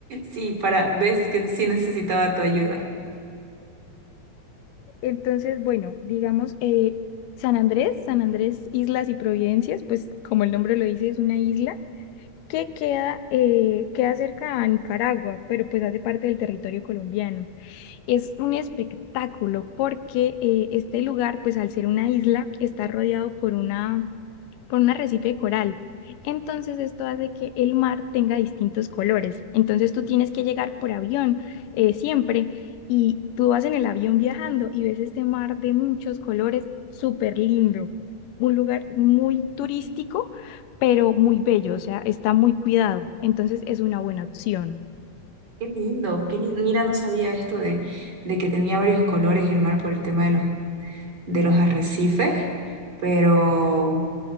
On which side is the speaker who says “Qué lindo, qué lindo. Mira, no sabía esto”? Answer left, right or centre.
Right